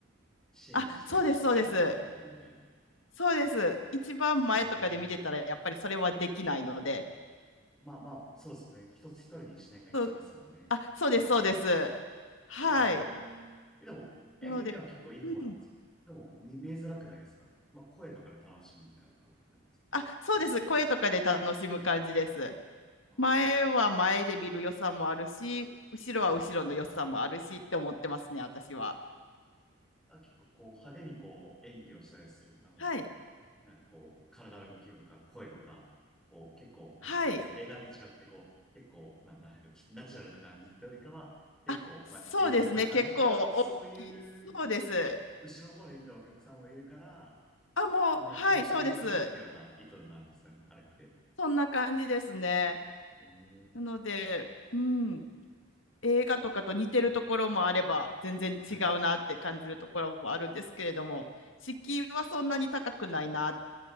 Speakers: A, in the centre; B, on the left (about 65°).
A: シーン自体を捉えることができるみたいな。
B: あ、そうです、そうです。そうです。一番前とかで見てたらやっぱりそれはできないので。
A: ええまあまあ、そうですね。一つ一人に視点がいっちゃいますもんね。
B: そうあ、そうです、
A: 見れるから。
B: そうです。はい。
A: えええでも、え、
B: なので、
A: 目目は結構いい方なんですよ。
B: うん。
A: でも、見、見えづらくないですかまあ、声とかで楽しみみたいな感じなんですかね。
B: あ、そうです。
A: あと、その、
B: 声とかで楽しむ感じです。
A: はい。あーま
B: 前は前で見る良さもあるし、後ろは後ろの良さもあるしって思ってますね、
A: あ、はい。
B: 私は。
A: あ、結構、こう、派手にこう、演技をしたりする、なんか、
B: はい。
A: なんかこう、体の動きとか、声とか、こう、結構、
B: はい。
A: な、なんていうんですか、映画と違って、こう、結構、なんなんかナチュラルな感じってよりかは、結構、
B: あ、そうですね。
A: まあ、演技っぽい感じっていうのは、
B: 結構大きい。
A: そういうのは、
B: そうです。
A: 後ろの方で見てるお客さんもいるから、
B: あ、もう、
A: みんな楽しめるようにっていうような意図になるんですよね、
B: はい、そうです。
A: あれって。
B: そんな感じですね。
A: えー、
B: なので、うん、映画とかと似てるところもあれば、全然違うなって感じるところもあるんですけれども、
A: はい。
B: 敷居はそんなに高くないなっ